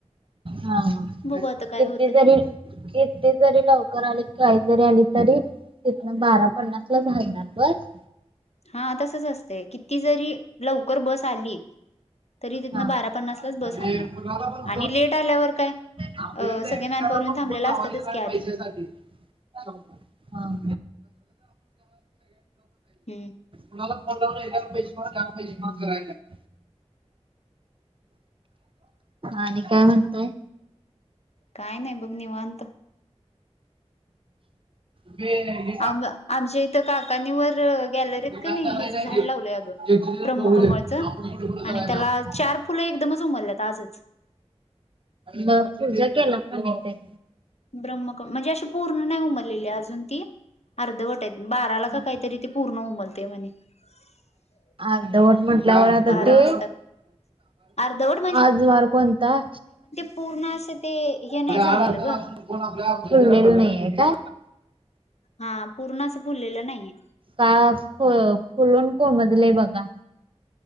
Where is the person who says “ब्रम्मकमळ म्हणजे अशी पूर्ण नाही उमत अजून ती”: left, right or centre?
Left